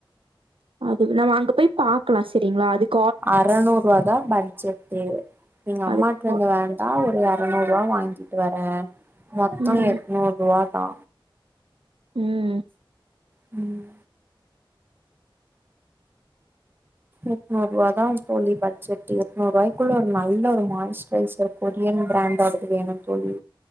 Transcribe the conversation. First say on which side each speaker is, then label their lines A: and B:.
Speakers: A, on the right; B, on the right.
A: அதுவ் நம்ம அங்க போய் பாக்கலா சரிங்களா அதுக்
B: அறநூறுவாதா பட்ஜட்டு எங்க அம்மாட்டருந்து
A: அதுக்கு
B: வேண்டா ஒரு எரநூரூவா வாங்கிட்டு வரே மொத்தோ
A: ம்
B: எட்நூருவாதா
A: ம்
B: ம் எட்நூருவாதா தோழி பட்ஜெட்டு எட்நூருவாய்க்குள்ள ஒரு நல்ல ஒரு மாய்ஸ்ட்ரைசர் கொரியன் ப்ராண்டோடது வேணும் தோழி